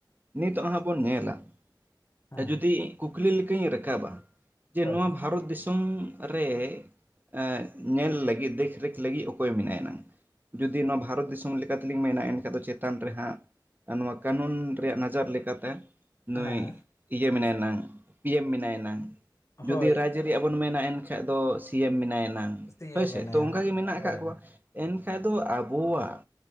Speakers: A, on the right; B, on the left.
A: ᱱᱤᱛ ᱦᱟᱸᱜ ᱵᱚᱱ ᱧᱮᱞᱟ᱾
B: ᱦᱮᱸ
A: ᱮ ᱡᱩᱫᱤ ᱠᱩᱠᱞᱤ ᱞᱮᱠᱟᱹᱧ ᱨᱟᱠᱟᱵ-ᱟ ᱡᱮ
B: ᱦᱳᱭ
A: ᱱᱚᱣᱟ ᱵᱷᱟᱨᱚᱛ ᱫᱤ- ᱥᱚᱢ ᱨᱮ ᱮᱸᱜ ᱧᱮᱞ ᱞᱟᱹᱜᱤᱫ ᱫᱮᱠᱷ-ᱨᱮᱠᱷ ᱞᱟᱹᱜᱤᱫ ᱚᱠᱚᱭ ᱢᱮᱱᱟᱭᱟ ᱱᱟᱝ? ᱡᱩᱫᱤ ᱱᱚᱣᱟ ᱵᱷᱟᱨᱚᱛ ᱫᱤᱥᱚᱢ ᱞᱮᱠᱟ ᱛᱮᱞᱤᱧ ᱢᱮᱱᱟ ᱮᱱ ᱠᱷᱟᱡ ᱫᱚ ᱪᱮᱛᱟᱱ ᱨᱮ ᱦᱟᱸᱜ ᱟᱨ ᱱᱚᱣᱟ ᱠᱟᱹᱱᱩᱱ ᱨᱮᱭᱟᱜ ᱱᱚᱡᱟᱨ ᱞᱮᱠᱟᱛᱮ ᱱᱩᱭ
B: ᱦᱮᱸ
A: ᱤᱭᱟᱹ ᱢᱮᱱᱟᱭᱟ ᱱᱟᱝ ᱯᱤᱭᱮᱢ ᱢᱮᱱᱟᱭᱟ ᱱᱟᱝ ᱡᱩᱫᱤ
B: ᱦᱳᱭ
A: ᱨᱟᱡᱽ- ᱟᱹᱨᱤ ᱟᱜ ᱵᱚᱱ ᱢᱮᱱᱟ ᱮᱱᱠᱷᱟᱡ ᱫᱚ ᱥᱤ ᱮᱢ ᱢᱮᱱᱟᱭᱟ ᱱᱟᱝ
B: ᱥᱤ
A: ᱦᱳᱭ
B: ᱮ
A: ᱥᱮ
B: ᱢᱮᱱᱟᱭᱟ
A: ᱛᱚ ᱚᱱᱠᱟ
B: ᱦᱟᱸᱜ
A: ᱜᱮ ᱢᱮᱱᱟᱜ ᱟᱠᱟᱫ
B: ᱦᱳᱭ
A: ᱠᱚᱣᱟ᱾ ᱮᱱᱠᱷᱟᱡ ᱫᱚ ᱟᱵᱚᱣᱟᱜ